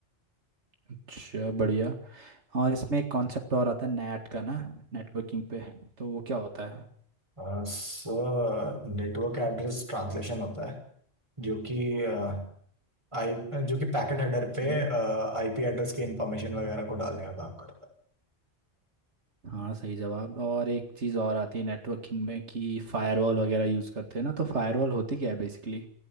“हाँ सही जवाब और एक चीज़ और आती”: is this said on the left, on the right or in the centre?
Right